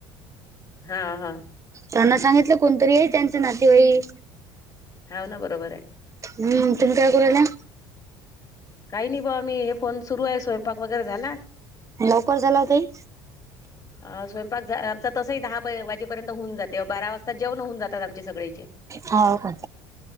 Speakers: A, on the left; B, on the right.
A: हा हा
B: त्यांना सांगितलं कोणतरी आहे त्यांच नातेवाई.
A: हाव ना बरोबर हे.
B: हम्म तुम् काय बोल्या?
A: काही नाही बा मी हे फोन सुरू आहे स्वयंपाक वगैरे झाला.
B: लवकर झाला ओ ताई.
A: अ स्वयंपाक आमचा तसही दहा वाजेपर्यंत होऊन जाते बारा वाजता जेवण होऊन जातात आमचे सगळेचे.
B: हाव का